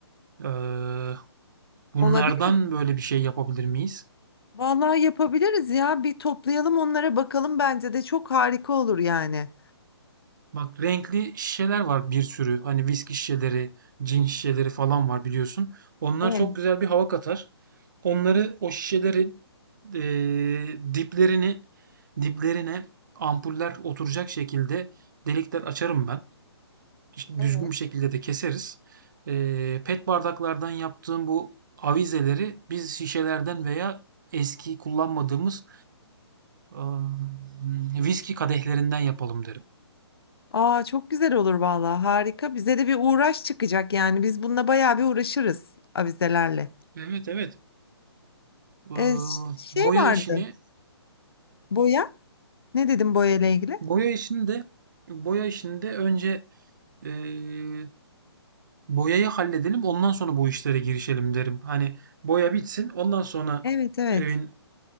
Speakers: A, on the right (about 45°); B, on the left (about 60°).
A: Eee, bunlardan
B: Olabilir.
A: böyle bir şey yapabilir miyiz?
B: Vallahi yapabiliriz ya. Bir toplayalım onlara bakalım bence de çok harika olur yani.
A: Bak renkli şişeler var bir sürü. Hani viski şişeleri, cin şişeleri falan var biliyorsun. Onlar
B: Evet.
A: çok güzel bir hava katar. Onları o şişelerin eee, diplerini diplerine ampuller oturacak şekilde delikler açarım ben. İşte
B: Evet.
A: düzgün bir şekilde de keseriz. Eee, pet bardaklardan yaptığım bu avizeleri biz şişelerden veya eski kullanmadığımız ıı, viski kadehlerinden yapalım derim.
B: Aa çok güzel olur vallahi harika. Bize de bir uğraş çıkacak yani. Biz bununla bayağı bir uğraşırız avizelerle.
A: Evet evet. Iıı,
B: Ee, ş- şey
A: boya
B: vardı.
A: işini <clears throat>
B: Boya. Ne dedim boya ile ilgili?
A: boya işini de boya işini de önce eee, boyayı halledelim ondan sonra bu işlere girişelim derim. Hani boya bitsin ondan sonra
B: Evet evet.
A: evin